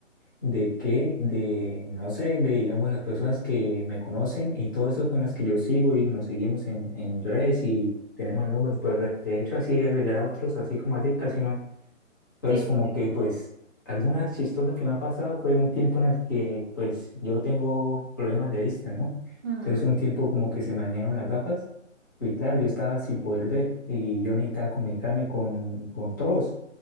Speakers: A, on the left; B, on the right.
A: ¿De qué? De, no sé, de, digamos, las personas que me conocen y todo eso con las que yo sigo y nos seguimos en, en redes y tenemos el número, pues re- de hecho así agregar a otros, así como así, casi no. Entonces,
B: Sí,
A: como
B: sí, sí.
A: que pues alguna chistosa que me ha pasado fue un tiempo en el que pues yo tengo problemas de vista, ¿no?
B: Ujú.
A: Entonces, un tiempo como que se me dañaron las gafas y claro, yo estaba sin poder ver y yo necesitaba comunicarme con, con todos.